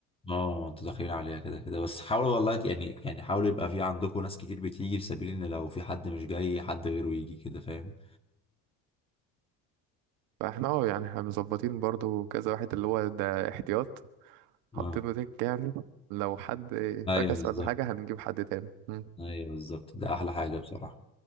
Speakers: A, on the left; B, on the right.
A: اه انتوا داخلين عليها كده كده بس حاولوا والله يعني يعني حاولوا يبقى في عندكم ناس كتير بتيجي في سبيل ان لو في حد مش جاي حد غيره يجي كده فاهم
B: فاحنا اه يعني احنا مظبطين برضو كذا واحد اللي هو ده احتياط حاطينه
A: اه
B: دك يعني لو حد
A: ايوه
B: فكس
A: بالظبط
B: ولا حاجة هنجيب حد تاني مم.
A: ايوه بالظبط ده احلى حاجه بصراحه